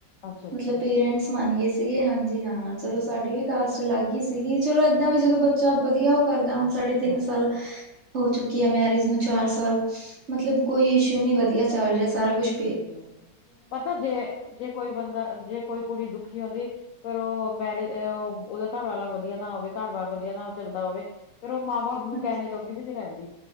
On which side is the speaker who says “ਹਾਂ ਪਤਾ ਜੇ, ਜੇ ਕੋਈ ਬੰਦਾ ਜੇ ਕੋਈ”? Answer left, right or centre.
Left